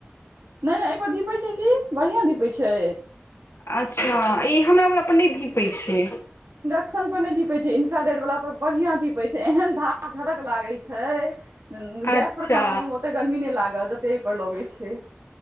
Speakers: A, on the right; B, on the left.
A: नहि-नहि एहिपर धीपै छै की, बढ़ियां धीपै छै।
B: अच्छा ई हमरा वला पर नहि धीपै छै।
A: इंडेक्शन पर नहि धीपै छै, इन्फ्राडेड वाला पर बढ़ियां धीपै छै, एहन धाह झरक लागै छै।
B: अच्छा
A: गैस पर खाना बनबऽ मे ओते गर्मी नहि लागत, जतेक एहि पर लगै छै।